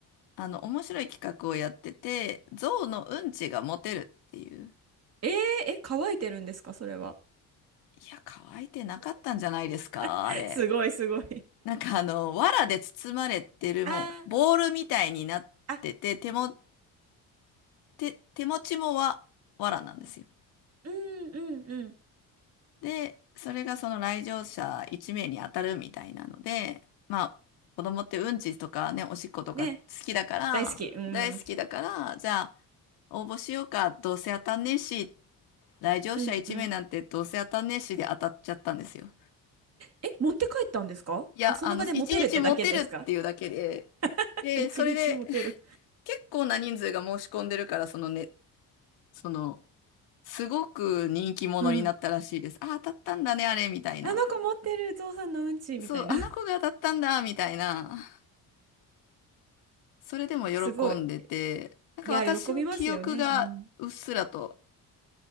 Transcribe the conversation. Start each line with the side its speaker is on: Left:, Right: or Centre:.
Left: あの、面白い企画をやってて、象のうんちがモテるっていう。
Right: えー、え、乾いてるんですか、それは。
Left: いや、乾いてなかったんじゃないですか、
Right: <laughs>
Left: あれ。
Right: すごいすごい。
Left: なんかあの、藁で包まれてるもう、
Right: <laughs> あ
Left: ボールみたいになってて、
Right: ああ、
Left: 手も、手、手持ちもわ、藁なんですよ。
Right: うんうんうん。
Left: で、それがその来場者1名に当たるみたいなので、まあ、子供ってうんちとかね、おしっことか好きだから、
Right: ね、大好き。うん。
Left: 大好きだから、じゃあ、応募しようか、どうせ当たんねえし、来場者1名なんてどうせ当たんねえしで当たっちゃったんですよ。
Right: うんうん。え、持って帰ったんですかあ、
Left: いや、
Right: その場で持てるってだけですか
Left: あの、1日モテるっていうだけで、
Right: <laughs>
Left: で、
Right: 一日中持てる。
Left: それで、結構な人数が申し込んでるから、そのね、その、すごく人気者になったらしいです。
Right: うん。
Left: あ、当たったんだね、あれ、みたいな。
Right: あの子持ってるゾウさんのうんちみたいな。
Left: そう、あの子が当たったんだ、
Right: <laughs>
Left: みたいな。それでも喜んでて、
Right: すごい。
Left: なんか私も記憶がうっすらと
Right: いや、喜びますよね。うん。